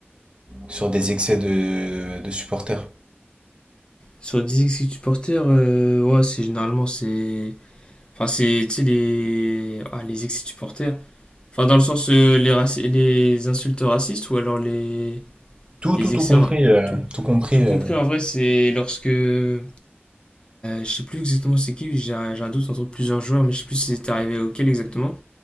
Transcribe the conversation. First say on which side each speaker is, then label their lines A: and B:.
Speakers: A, on the right; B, on the left.
A: sur des excès de, de supporters?
B: Sur 10 ex supporters, euh, ouais, c'est généralement, c'est... Enfin, c'est, tu sais, les... Ah, les ex supporters. Enfin, dans le sens, euh, les, raci- les insultes racistes ou alors les,
A: Tout,
B: les
A: tout, tout
B: excès...
A: compris, euh,
B: Tout...
A: tout compris.
B: Tout compris,
A: euh.
B: en vrai, c'est lorsque... Euh, je sais plus exactement c'est qui, j'ai un, j'ai un doute entre plusieurs joueurs, mais je sais plus si c'était arrivé auquel exactement.